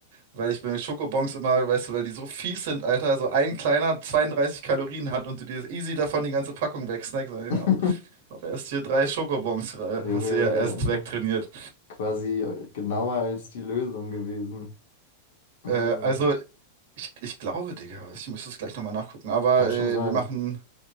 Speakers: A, on the right; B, on the left.
A: weil ich bei Schokobons immer, weißt du, weil die so fies sind, Alter, so ein kleiner 32 Kalorien hat und du dir easy davon die ganze Packung wegsnackst. Ja,
B: <laughs>
A: Aber erst hier drei Schokobons, äh,
B: Junge,
A: hast du ja
B: hier
A: erst
B: einfach
A: wegtrainiert.
B: quasi genauer als die Lösung gewesen. Mm,
A: Äh, also, ich, ich glaube, Digga, ich müsste es gleich nochmal nachgucken. Aber
B: Das kann schon
A: äh,
B: sein.
A: wir machen